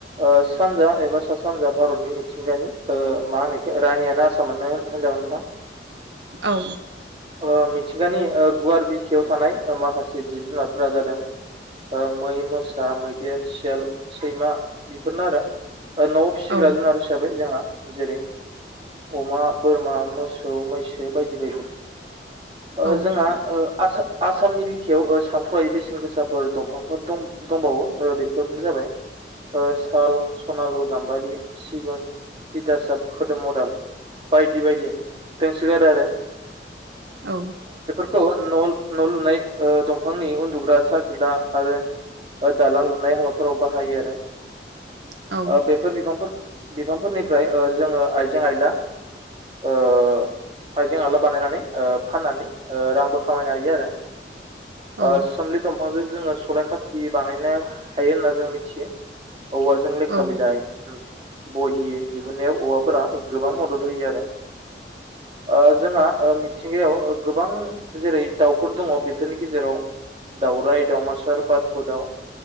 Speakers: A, on the right; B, on the right.
A: ओ सानजा एबा सा सानजा भारतनि मिथिंगानि ओ मा होनोखौ रानियानो आसामानो होन-होनजागोन नोंथां।
B: औ।
A: ओ मिथिंगानि ओ गुवार बिखायाव थानाय ओ माखासे जिब जुनारफोरा जादों ओ मै मोसा मैदेर सियाल सैमा बेफोरनो आरो। औ न'आव फिसिग्रा
B: औ
A: जुनार हिसाबै जोंहा जेरै अमा, बोरमा, मोसौ, मैसो बायदि बायदि। ओ
B: औ
A: जोंहा ओ आसा-आसामनि बिखायाव सानथ्रहायै बेसेन गो साफोर दंफांफोर दं दंबावो ओ बेफोरनो जाबाय ओ साल, सनालु, गाम्बारि, सिगुन दिथासाब, खोदोम, अदाल बायदि बायदि दोंसोगारो आरो‌।
B: औ।
A: खौ न' न' लुनाय ओ दंफांनि उन्दुग्रा सार फिला आरो दालां लुनाय हाबाफोराव बाहायो आरो।
B: औ
A: ओ बेफोर बिफांफोर बिफांफोरनिफ्राय ओ जोङो आइजें आइला ओ आइजें आयला बानायनानै ओ फाननानै ओ रांबो खामायनो हायो आरो।
B: औ
A: ओ सोमलि दं फांजों जोङो सलाय खाथि बानायनो हायो होनना जों मिथियो। औवाजों लेखा
B: औ
A: बिलाइ, उम। बहि दिहुननायाव औवाफोरा गोबां मदद होयो आरो। ओ‌ जोंहा ओ मि थिंगायाव गोबां जेरै दाउफोर दङ बेफोरनि गेजेराव दाउराइ, दावमासार, बाथ' दाउ